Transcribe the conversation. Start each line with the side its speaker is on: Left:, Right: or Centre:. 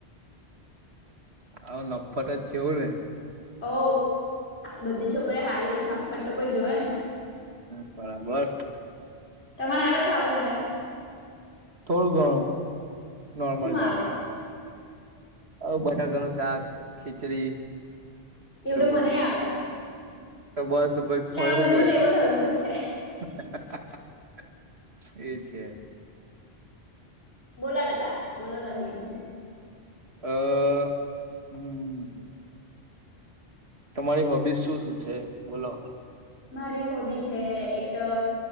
Right: આવ નફટ જ છેવું ને
Left: ઓ બધી છોકરી હારી હ નફટ તો કોઈ જોવે ને
Right: <unintelligible> બરાબર
Left: તમારે આળ ખા બનાટા
Right: થોડું ઘણુ નોર્મલ
Left: હું
Right: નોર્મલ
Left: આવડે
Right: હવ બટાકા નું શાક ખીચડી.
Left: એવડું
Right: એવું
Left: મનેય
Right: હતું.
Left: આવડે
Right: તો બસ પ
Left: એટલે
Right: ફરવું
Left: આપડે બંનેનું
Right: પડ્યો.
Left: લેવલ હરખું જ છે
Right: <unintelligible> એ છે.
Left: બોલા બેટા બોલો ત બીજું
Right: અ હમ્મ તમારી હોબી શું શું છે, બોલો
Left: મારી હોબી છે એક તો